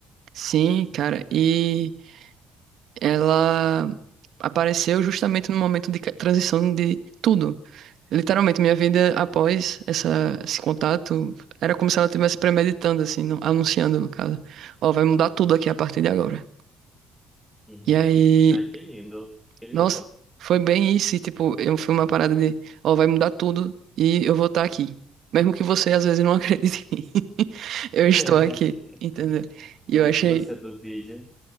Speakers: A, on the right; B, in the centre.
A: Sim, cara. E ela apareceu justamente no momento de ca- transição de tudo. Literalmente, minha vida após essa, esse contato era como se ela estivesse premeditando, assim, no- anunciando, no caso. Ó, vai mudar tudo aqui a partir de agora.
B: Uhum.
A: E aí
B: Ah, que lindo, que lindo.
A: Nossa, foi bem isso. E, tipo, eu fui uma parada de, ó, vai mudar tudo e eu vou estar aqui. Mesmo que você às vezes não <laughs> acredite em mim, eu estou
B: <laughs>
A: aqui, entendeu? E
B: Mesmo
A: eu achei.
B: que você duvide.